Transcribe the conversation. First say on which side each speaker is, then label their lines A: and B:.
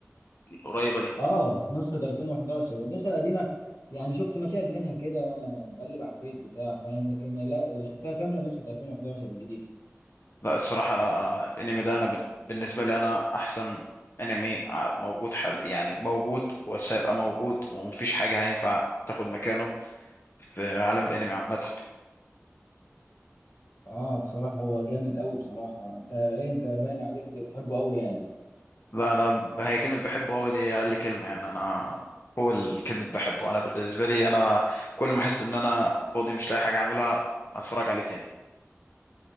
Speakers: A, on the left; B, on the left.
A: القريبة دي
B: اه نسخه 2011 النسخه القديمه يعني شفت مشاهد منها كده وانا بقلب على الفيس بتاع فاهم لكن لا اللي شفتها كامله نسخه 2011 الجديده
A: لا الصراحة آه، الانمي ده انا بن- بالنسبة لي انا احسن انمي ع- موجود حل يعني موجود وسيبقى موجود ومفيش حاجة هينفع تاخد مكانه في عالم الانمي عامة
B: اه بصراحه هو جامد قوي بصراحه انت إيه، انت باين عليك بتحبه قوي يعني
A: لا انا ب- هي كلمة بحبه قوي دي اقل كلمة يعني انا فوق الكلمة بحبه انا بالنسبة لي انا كل ما احس ان انا فاضي مش لاقي حاجة اعملها اتفرج عليه تاني